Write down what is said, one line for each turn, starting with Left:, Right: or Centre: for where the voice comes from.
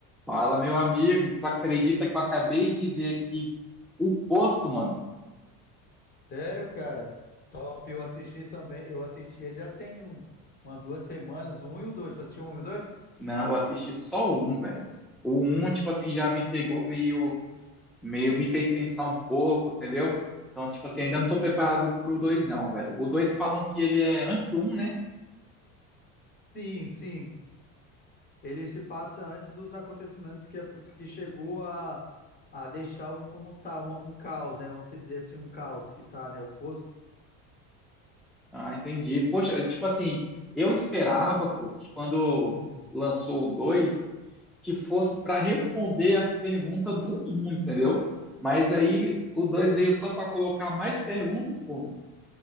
Centre: Fala, meu amigo, tu acredita que eu acabei de ver aqui o Poço, mano?
Left: Sério, cara? Top, eu assisti também. Eu assisti ele já tem um- umas duas semanas, um e o dois. Tu assistiu um e o dois?
Centre: Não, eu assisti só o um, velho. O um, tipo assim, já me pegou meio, meio, me fez pensar um pouco, entendeu? Então, tipo assim, ainda não tô preparado pro dois, não, velho. O dois falam que ele é antes do um, né?
Left: Sim, sim. Ele se passa antes dos acontecimentos que, acon- que chegou a, a deixar um como tá, uma- um caos, né? Vamos dizer assim, um caos que tá, né? O poço.
Centre: Ah, entendi. Poxa, tipo assim, eu esperava, pô, que quando
Left: Uhum.
Centre: lançou o dois, que fosse para responder as perguntas do um, entendeu? Mas aí o dois veio só para colocar mais perguntas, pô,